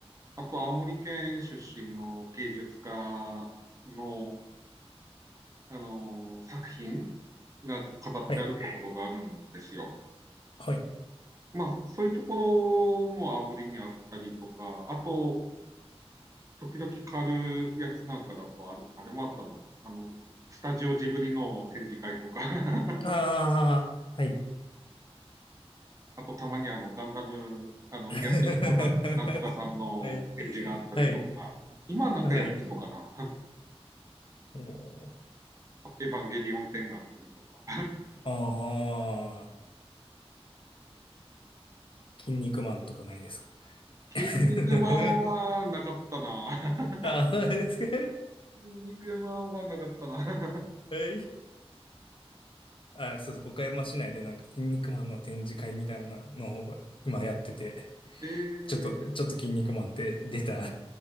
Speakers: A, on the right; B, on the left.
A: あと青森県出身の芸術家の、あの、作品が飾ってあるところがあるんですよ。
B: はい、はい。
A: まあ、そういうところも青森にあったりとか、あと、時々狩るやつなんかだと、あれ、あれもあったな。あの、スタジオジブリの展示会とか <laughs>
B: ああ、はい。
A: あとたまにあのガンダム、
B: <laughs>
A: あの、
B: は
A: 安井子なんなんとかさんの展示があったりとか、
B: い、はい、
A: 今なんかやってんのかな
B: はい。
A: <laughs>
B: おー
A: エヴァンゲリオン展があったりとか。
B: ああ、筋肉マンとかないですか
A: 筋肉マ
B: <laughs>
A: ンはなかったな。<laughs>
B: ああ、ですか
A: 筋肉マンはなかったな。<laughs>
B: はい。あ、そうです。岡山市内でなんか筋肉マンの展示会みたいなのを今やってて、
A: え
B: ちょっと、
A: ー、
B: ちょっと筋肉マンって出たん